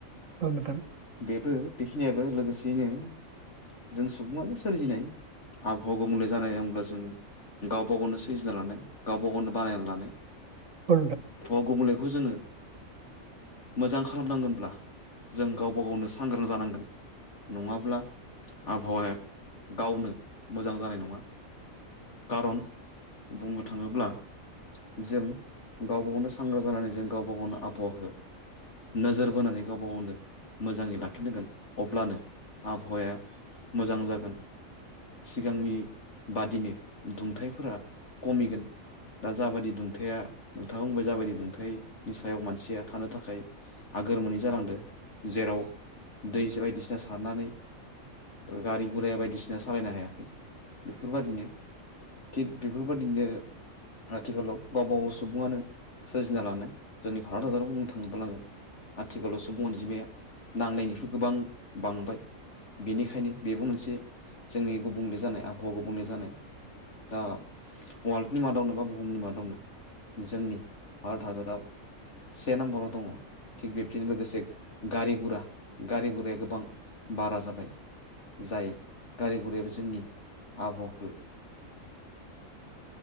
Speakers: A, on the right; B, on the left.
A: औ नोंथां।
B: बेबो बेखिनियाबो लोगोसेयैनो जों सुबुआनो सोरजिनाय। आबहावा गुबुंले जानाय होनब्ला जों गावबा गावनो सोरजिना लानाय गावबा गावनो बानायना लानाय।
A: औ
B: भ गुबुंलेखौ जोङो मोजां खालामनांगोनब्ला गावबा गावनो सांग्रां जानांगोन नङाब्ला आबहावाया गावनो मोजां जानाय नङा। कारन बुंनो थाङोब्ला जों गावबा गावनो सांग्रां जानानै जों गावबा गावनो आबहावाखौ नोजोर बोनानै गावबा गावनो मोजाङै लाखिनांगोन अब्लानो आबहावाया मोजां जागोन सिगांनि बादिनो। दुंथाइफोरा कमिगोन। दा जाबायदि दुंथाया नोंथाङा बुंबाय जाबायदि दुंथाइनि सायाव मानसिया थानो थाखाय आगोर मोनै जालांदो जेराव दै बायदिसिना सारनानै गारि गुरा बायदिसिना सालायनो हायाखै बेफोरबादिनो थिग बेफोरबायदिनो आथिखालाव गावबा गाव सुबुङानो सोरजिना लानाय जोंनि भारत हादराव बुंनो थाङोब्लानो आथिखालाव सुबुं अनजिमाया नांनायनिफ्राय गोबां बांबाय। बेनिखायनो बेबो मोनसे जोंनि गुबुंले जानाय आबहावा गुबुंले जानाय दा वाल्दनि मादावनो बा बुहुमनि मा दावनो जोंनि भारत हादराव से नाम्बराव दङ'। थिग बेब्दिनो लोगोसे गारि गुरा गारि गुराया गोबां बारा जाबाय। जाय गारि गुरायाबो जोंनि आबहावाखौ